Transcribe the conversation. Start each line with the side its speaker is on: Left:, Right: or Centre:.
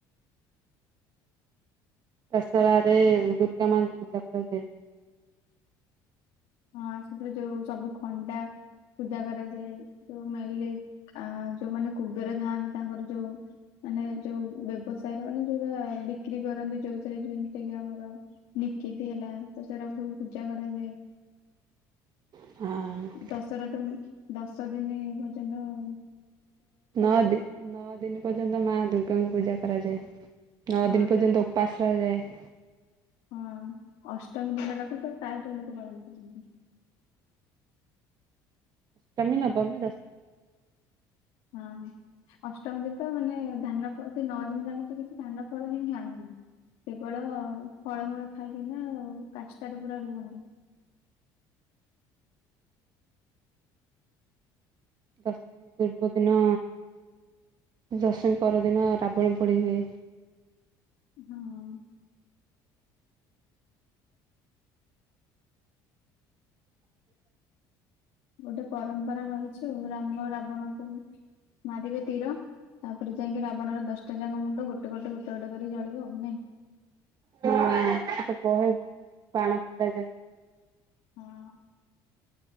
Right: ଦଶହରାରେ ରେ ଦୁର୍ଗା ମାଙ୍କୁ ପୂଜା କରାଯାଏ।
Left: ହଁ ସେଥିରେ ଯୋଉ ସବୁ ଖଣ୍ଡା ପୂଜା କରାଯାଏ, ଯୋଉ ମେଲି ଯୋଉମାନେ କୁବେର ଥାଆନ୍ତି ତାଙ୍କର ଯୋଉ ମାନେ ଯୋଉ ବ୍ୟବସାୟରେ ମାନେ ଯୋଉଟା ବିକ୍ରି କରନ୍ତି ଯୋଉଥିରେ ଯେମିତି କି ଆମର ନିକିତି ହେଲା ତ ସେରାକୁ ସବୁ ପୂଜା କରାଯାଏ।
Right: ଆଉ
Left: ଦଶରା ତ ଦଶ ଦିନ ପର୍ଯ୍ୟନ୍ତ ଆଉ।
Right: ନଅ ଦିନ ନଅ ଦିନି ପର୍ଯ୍ୟନ୍ତ ମା ଦୁର୍ଗାଙ୍କୁ ପୂଜା କରାଯାଏ, ନଅ
Left: ହଁ
Right: ଦିନ ପର୍ଯ୍ୟନ୍ତ
Left: ଦଶ
Right: ଉ ପାସ ରହାଯାଏ।
Left: ହଁ, ଅଷ୍ଟମୀ ଦିନ ଟାକୁ ତ ପ୍ରାୟତଃ ଲୋକ ପାଳନ କରନ୍ତି।
Right: ଅଷ୍ଟମୀ, ନବମି, ଦସମୀ
Left: ହଁ ଅଷ୍ଟମୀ ରେ ତ ମାନେ ଧାନ ଫଳ ନଅ ଦିନ ଯାକ ତ କିଛି ଧାନ ଫଳ ହିଁ ଖାଆନ୍ତିନି। କେବଳ ଫଳମୂଳ ଖାଇକିନା କାଷ୍ଟାରେ ପୁରା ରୁହନ୍ତି।
Right: ଦଶମୀ ପୂର୍ବ ଦିନ ଦଶମୀ ପରଦିନ ରାବଣ ପୋଡି ହୁଏ।
Left: ହଁ ଗୋଟେ ପରମ୍ପରା ରହିଛି ଆଉ, ରାମ ରାବଣଙ୍କୁ ମାରିବେ ତୀର। ତାପରେ ଯାଇକି ରାବଣର ଦଶଟା ଯାକ ମୁଣ୍ଡ ଗୋଟେ, ଗଟେ ଗୋଟେ, ଗୋଟେ କରି ଚଳିବ ଆଉ ନାଇଁ।
Right: ହଁ ସେ ତ ବହେ ବାଣ ଫୁଟା ଯାଏ।
Left: ହଁ।